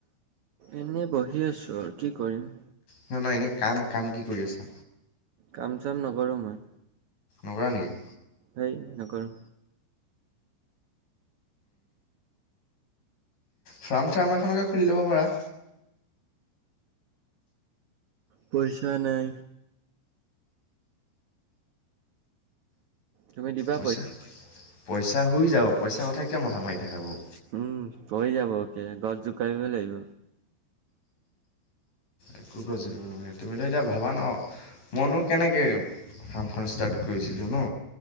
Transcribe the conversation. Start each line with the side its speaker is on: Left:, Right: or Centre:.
Right: এনেই বহি আছো আৰু কি কৰিম।
Left: নহয় নহয় এনে কাম কাম কি কৰি আছা?
Right: কাম চাম নকৰোঁ মই।
Left: নকৰা নেকি?
Right: হেই নকৰোঁ।
Left: ফাৰ্ম চাৰ্ম এখনকে খুলি ল'ব পাৰা।
Right: পইচা নাই। তুমি দিবা
Left: পইচা পইচা হৈ যাব পইচাৰ কথা কিয় মথা মাৰি থাকা। বাৰু
Right: উম হৈ যাব কে গছ জোকাৰিব লাগিব।
Left: একোগ গছ জোকাৰিব নালাগে তুমিতো এতিয়া ভাবা ন। মইনো কেনেকে ফাৰ্মখন ষ্টাৰ্ট কৰিছিলোঁ ন।